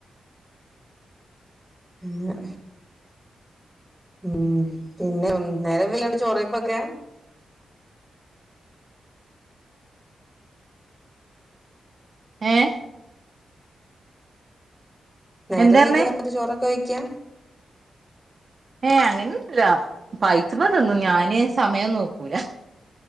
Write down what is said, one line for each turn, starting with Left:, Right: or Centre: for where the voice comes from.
Centre: പിന്ന ഉം പിന്നെ നേരം വെയ്കിയാണ്ട് ചോറെയ്പ്പൊക്കെ.
Right: ഏഹ്
Centre: നേരം
Right: എന്താർഞ്ഞേ
Centre: വെയ്കി വന്നിട്ട് ചോറൊക്കെ വെയ്ക്യ.
Right: ഏഹ് അങ്ങനെന്നുല്ല. പൈച്ച്മ്പ തിന്നും ഞാന് സമയം നോക്കൂല.